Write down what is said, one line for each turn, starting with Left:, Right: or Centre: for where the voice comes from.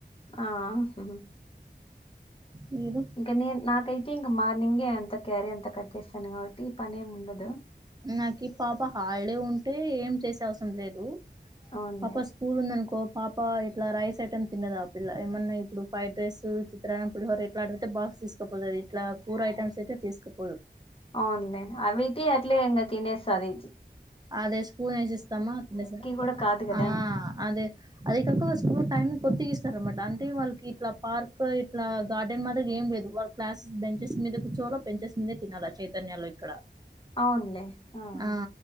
Left: ఆ హుమ్
Right: మీరు
Left: ఇంక నేను నాకైతే ఇంకా మార్నింగే అంత క్యారీ అంత కట్టేస్తాను కావట్టి ఈ పని ఏమి ఉండదు
Right: నాకి పాప హల్ డే ఉంటే ఏం చేసే అవసం లేదు
Left: అవునులే
Right: పాప సు స్కూల్ ఉందనుకో పాప ఇట్లా రైస్ ఐటమ్ తిన్నదు ఆ పిల్ల ఏమన్నా ఇప్పుడు ఫ్రైడ్ రైసు చిత్రాన్నం పులిహోర అల అండుతే బాక్స్ తీస్కపోతది ఇట్లా కూర ఐటమ్స్ అయితే తీస్కుపో
Left: అవునులే అవి అయితే అట్లే ఇంకా తినేస్తారు ఈజీ
Right: అదే స్పూన్ వేసి ఇస్తామా తినేస
Left: కూడా కాదు కదా
Right: ఆ అదే అది కాక స్కూల్ టైమ్ కొద్ది ఇస్తారన్నమాట అంటే వాళ్ళకి ఇట్లా పార్క్ ఇట్లా గార్డెన్ మాదరి ఏం లేదు వాళ్ళ క్లాసెస్ బెంచెస్ మీద కూర్చోలో బెంచెస్ మీదే తినాల చైతన్యాలొ ఇక్కడ
Left: అవునులే ఆహా
Right: ఆ